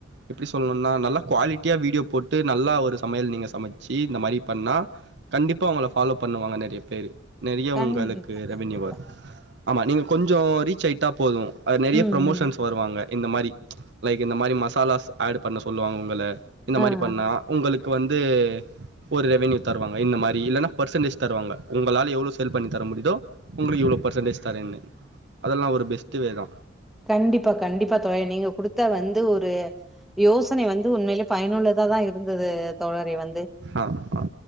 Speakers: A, on the right; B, in the centre.
A: எப்டி சொல்ணுனா நல்லா குவாலிட்டியா வீடியோ போட்டு நல்லா ஒரு சமையல் நீங்க சமைச்சு இந்த மாரி பண்ணா கண்டிப்பா உங்கள ஃபாலோ பண்ணுவாங்க நெறைய பேரு நெறைய
B: கண்டிப்பா
A: உங்களுக்கு ரெவ்ன்யூ
B: கண்டிப்பா
A: வரு ஆமா நீங்க கொஞ்சோ ரீச் ஆயிட்டா போது அது நெறைய
B: ம்
A: ப்ரோமோஷன்ஸ்
B: ம்
A: வருவாங்க இந்த மாரி லைக் இந்த மாரி மசாலாஸ் ஆட் பண்ண சொல்லுவாங்க உங்கள இந்த
B: ஆ
A: மாரி பண்ணா
B: ஆ
A: உங்களுக்கு வந்து ஒரு ரெவ்ன்யூ தருவாங்க இந்த மாரி இல்லன்னா பர்சன்டேஜ் தருவாங்க உங்களால எவ்ளோ சேல் பண்ணி தர முடியுதோ உங்களுக்கு இவ்ளோ பர்சன்டேஜ் தரேன்னு அதெல்லா ஒரு பெஸ்ட்டு வே தா
B: கண்டிப்பா கண்டிப்பா தோழரே நீங்க குடுத்த வந்து ஒரு யோசனை வந்து உண்மைலே பயனுள்ளதாதா இருந்துது தோழரே வந்து
A: ஆ ஆ